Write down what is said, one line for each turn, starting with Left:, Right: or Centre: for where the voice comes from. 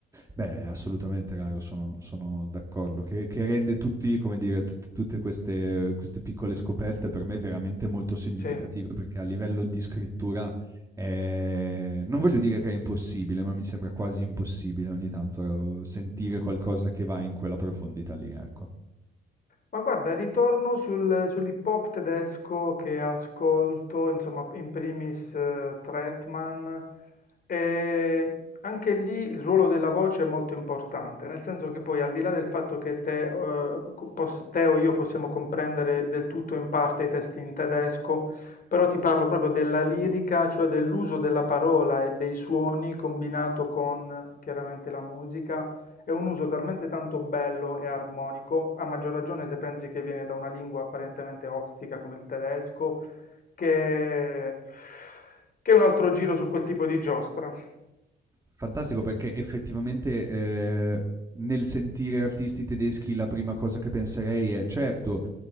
Right: Beh, assolutamente, Caro, sono, sono d'accordo. Che, che rende tutti, come dire, tut- tutte queste, queste piccole scoperte per me veramente molto significative,
Left: Sì.
Right: perché a livello di scrittura è... non voglio dire che è impossibile, ma mi sembra quasi impossibile ogni tanto sentire qualcosa che va in quella profondità lì, ecco.
Left: Ma guarda, ritorno sul, sull'hip hop tedesco che ascolto, insomma, in primis eh, Trettmann, e anche lì il ruolo della voce è molto importante, nel senso che poi al di là del fatto che te, eh, co- poss- te o io possiamo comprendere del tutto in parte i testi in tedesco, però ti parlo proprio della lirica, cioè dell'uso della parola e dei suoni combinato con chiaramente la musica è un uso talmente tanto bello e armonico, a maggior ragione se pensi che viene da una lingua apparentemente ostica come il tedesco, che, che è un altro giro su quel tipo di giostra.
Right: Fantastico, perché effettivamente eh, nel sentire artisti tedeschi la prima cosa che penserei è, certo,